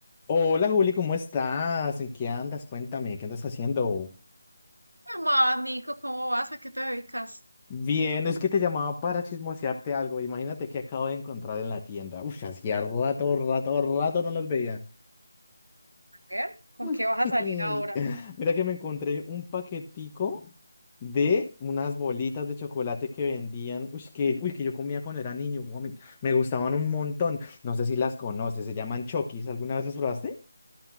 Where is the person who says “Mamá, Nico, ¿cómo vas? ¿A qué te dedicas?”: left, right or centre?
Right